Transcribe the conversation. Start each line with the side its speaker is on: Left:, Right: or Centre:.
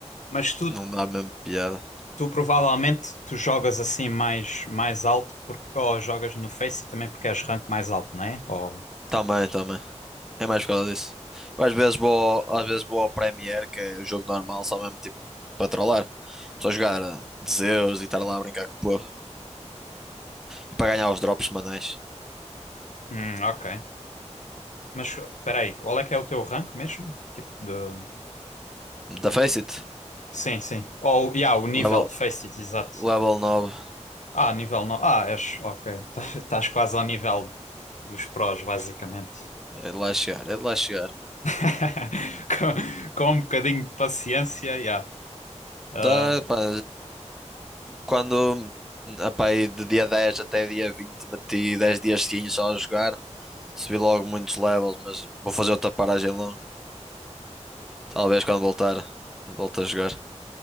Left: Mas tu,
Centre: não dá mesmo piada.
Left: tu provavelmente tu jogas assim mais, mais alto, porque, ou jogas no Faceit também porque és rank mais alto, não é? Ou...
Centre: Também, também. É mais por causa disso. Eu às vezes vou, ao- às vezes vou ao Premiere, que é o jogo normal, só mesmo tipo para trollar. Só jogar eh, de Zeus e estar lá a brincar com o povo. E para ganhar os drops semanais.
Left: Hum, ok. Mas peraí, qual é que é o teu rank mesmo? Tipo de.
Centre: Da Face It,
Left: Sim, sim. Ou, yeah, o nível
Centre: level,
Left: de Faces, exato.
Centre: level nove
Left: Ah, nível não. Ah, és. Ok. <laughs> Estás quase ao nível dos prós, basicamente.
Centre: É de lá chegar, é de lá chegar.
Left: <laughs> com, com um bocadinho de paciência, yeah. Ah,
Centre: Da, pá, quando epá, aí de dia 10 até dia 20 meti 10 dias seguintes só a jogar. Subi logo muitos levels, mas vou fazer outra paragem longa. Talvez quando voltar, volte a jogar.